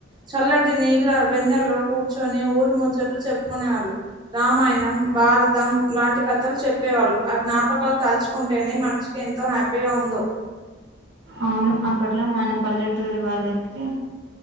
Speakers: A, on the right; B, on the right.
A: చల్లటి నీళ్ళ వెన్నల్లో కూర్చొని ఊరు ముచ్చట్లు చెప్పుకునేవాళ్ళు రామాయణం భారతం లాంటి కథలు చెప్పేవాళ్ళు ఆ జ్ఞాపకాలు తలచు అనీ మనసుకి ఎంతో హ్యాపీగా ఉందో
B: అవును అప్పట్లో మన పల్లెటూరు వాళ్ళకి